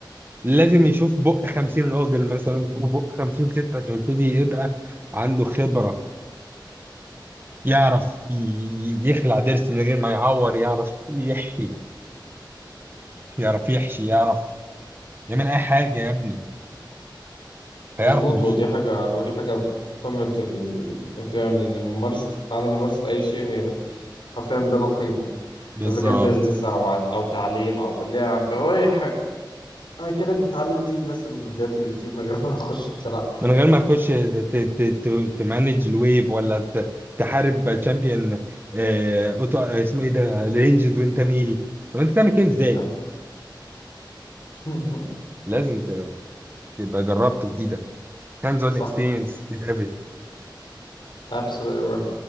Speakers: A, on the right; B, on the left.
A: لازم يشوف بق 50 راجل مثلا وبق 50 ست عشان يبتدي يبقى عنده خبرة يعرف ي- يخلع ضرس من غير ما يعور يعرف يحشي يعرف يحشي يعرف يعمل أي حاجة يا ابني هيعرف
B: مظبوط
A: منين
B: ودي حاجة ودي حاجة في قمة الاهتمام لأن ممارسة عدم ممارسة أي شيء هي حرفيا بلا قيمة
A: بالظبط
B: إذا كان بيزنس أو عت- أو تعليم أو لعب أو أي حاجة أنا كأنك بتعلم ليج مثلا من فيديوهات اليوتيوب من غير ما تخش بتلعب
A: من غير ما تخش ت- ت- ت- تمانج الويف ولا ت- تحارب تشامبيون آه، اوتو آه، اسمه ايه ده رينجز وانت ميلي طب انت تعمل كده ازاي؟
B: آه. <laughs>
A: لازم ت- تبقى جربت بايدك hands on
B: صح
A: experience is everything
B: absolutely right